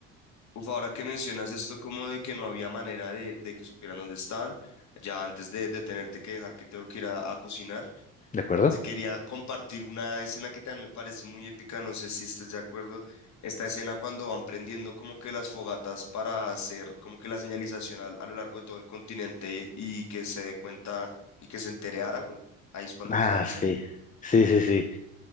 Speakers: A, on the left; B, on the left.
A: Uf, ahora que mencionas esto como de que no había manera de, de que supieran dónde estaban, ya antes de, de tenerte que dejar que tengo que ir a, a cocinar,
B: ¿de acuerdo?
A: te quería compartir una escena que también me parece muy épica, no sé si estás de acuerdo. Esta escena cuando van prendiendo como que las fogatas para hacer como que la señalización al- a, lo largo de todo el continente y, que se dé cuenta y que se entere Aragorn, ahí es cuando
B: Ah,
A: les avisan.
B: sí, sí, sí, sí,